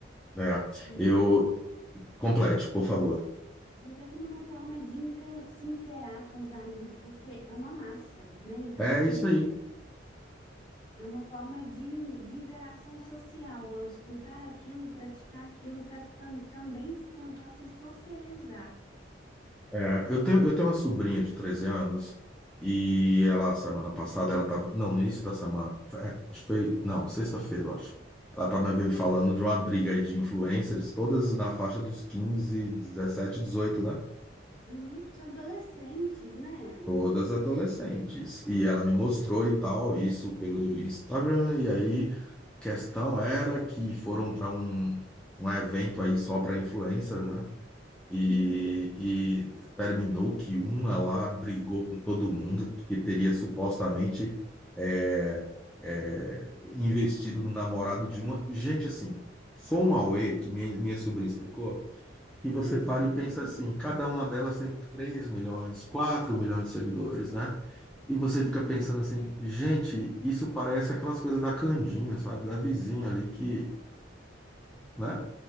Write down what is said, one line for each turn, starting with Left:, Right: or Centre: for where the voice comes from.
Centre: É.
Left: E,
Centre: Eu complete, por favor.
Left: e até como uma forma de inte- se interar com os amigos, porque é uma massa, né? Então,
Centre: É
Left: assim,
Centre: isso aí.
Left: é uma forma de, de interação social, ao escutar aquilo, praticar aquilo, para também se tentar se socializar.
Centre: É, eu tenho, eu tenho uma sobrinha de 13 anos e ela, semana passada, ela estava não, no início da semana, é, acho que foi, não, sexta-feira, eu acho. Ela estava me falando de uma briga aí de influencers, todas na faixa dos 15 17 dezoito né?
Left: Uhum, são adolescentes, né?
Centre: Todas adolescentes. E ela me mostrou e tal, isso pelo Instagram, e aí a questão era que foram para um, um evento aí só para influencer, né? E,
Left: Uhum,
Centre: e terminou que uma lá brigou com todo mundo, porque teria supostamente é, é, investido no namorado de uma. Gente, assim, foi um auê que minha, minha sobrinha explicou, que
Left: imagino.
Centre: você para e pensa
Left: <laughs>
Centre: assim: cada uma delas tem 3 milhões, 4 milhões de seguidores, né? E você
Left: Uhum.
Centre: fica pensando assim: gente, isso parece aquelas coisas da Candinha, sabe? Da vizinha ali que. Né?